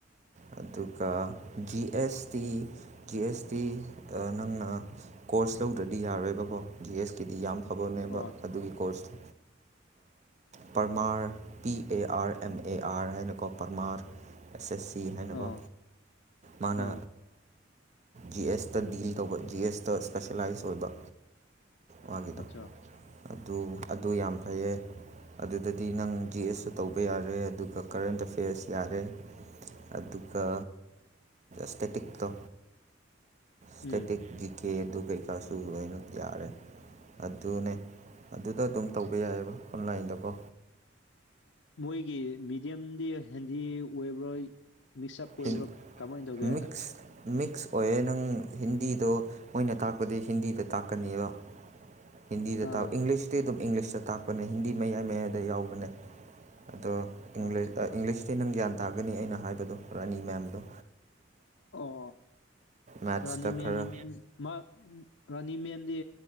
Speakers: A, on the right; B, on the left.
A: ꯑꯗꯨꯒ G S T G S T ꯅꯪꯅ ꯀꯣꯔꯁ ꯀꯣꯔꯁ ꯂꯧꯗ꯭ꯔꯗꯤ ꯌꯥꯔꯣꯏꯕꯀꯣ ꯖꯤ ꯑꯦꯁ ꯀꯤꯗꯤ ꯌꯥꯝ ꯐꯕꯅꯦꯕ
B: ꯑꯣ
A: ꯑꯗꯨꯒꯤ ꯀꯣꯔꯁꯇꯣ ꯄꯃꯥꯔ P A R M A R ꯍꯥꯏꯅꯀꯣ ꯄꯔꯃꯥꯔ ꯑꯦꯁ ꯑꯦꯁ ꯁꯤ ꯍꯥꯏꯅꯀꯣ
B: ꯑꯥ
A: ꯃꯥꯅ
B: ꯑꯥ
A: ꯖꯤ ꯑꯦꯁꯇ ꯗꯤꯜ ꯇꯧꯕ ꯖꯤ ꯑꯦꯁꯇ ꯏꯁꯄꯦꯁꯦꯂꯥꯏꯁ ꯑꯣꯏꯕ ꯃꯥꯒꯤꯗ
B: ꯑꯠꯆꯥ
A: ꯑꯗꯨ ꯑꯗꯨ ꯌꯥꯝ ꯐꯩꯌꯦ ꯑꯗꯨꯗꯗꯤ ꯅꯪ ꯖꯤ ꯑꯦꯁꯁꯨ ꯇꯧꯕ ꯌꯥꯔꯦ ꯑꯗꯨ ꯑꯗꯨꯒ ꯀꯔꯦꯟ ꯑꯦꯐꯦꯌꯔꯁ ꯌꯥꯔꯦ ꯑꯗꯨꯒ ꯁꯇꯦꯇꯤ ꯇꯣ ꯁ꯭ꯇꯦꯇꯤꯛ
B: ꯎꯝ
A: ꯀꯦ ꯑꯗꯨ ꯀꯩꯀꯥꯁꯨ ꯂꯣꯏꯅ ꯌꯥꯔꯦ ꯑꯗꯨꯅꯦ ꯑꯗꯨꯗ ꯑꯗꯨꯝ ꯇꯧꯕ ꯌꯥꯏꯑꯕ ꯑꯣꯟꯂꯥꯏꯟꯗꯀꯣ
B: ꯃꯣꯏꯒꯤ ꯃꯤꯦꯗꯤꯌꯝꯗꯤ ꯍꯦꯟꯗꯤ ꯑꯣꯏꯕꯔꯣꯏ ꯃꯤꯁꯑꯞ ꯑꯣꯏ꯭ꯔ
A: ꯍꯤꯟ
B: ꯀꯃꯥꯏꯅ ꯇꯧꯒꯦ
A: ꯃꯤꯛꯁ ꯃꯤꯛꯁ ꯑꯣꯏꯌꯦꯦ ꯅꯪ ꯍꯤꯟꯗꯤꯗꯣ ꯃꯣꯏꯅ ꯇꯥꯛꯄꯗꯤ ꯍꯤꯟꯗꯤꯗ ꯇꯥꯛꯀꯅꯦꯕ ꯍꯤꯟꯗꯤꯗ
B: ꯑꯥ
A: ꯇꯥꯛ ꯏꯪꯂꯤꯁꯇꯤ ꯑꯗꯨꯝ ꯏꯪꯂꯤꯁꯇ ꯇꯥꯛꯄꯅꯦ ꯍꯤꯟꯗꯤ ꯃꯌꯥꯏ ꯃꯌꯥꯏꯗ ꯌꯥꯎꯕꯅꯦ ꯑꯗꯣ
B: ꯑꯆꯥ
A: ꯏꯪꯂꯤꯁꯇꯤ ꯅꯪ ꯒ꯭ꯌꯥꯟ ꯇꯥꯒꯅꯤ ꯑꯩꯅ ꯍꯥꯏꯕꯗꯣ ꯔꯥꯅꯤ ꯃꯌꯥꯝꯗꯣ
B: ꯑꯣ
A: ꯃꯦꯠꯁꯇ
B: ꯔꯥꯅꯤ ꯃꯦꯝ
A: ꯈꯔ
B: ꯃꯥ ꯔꯥꯅꯤ ꯃꯦꯝꯗꯤ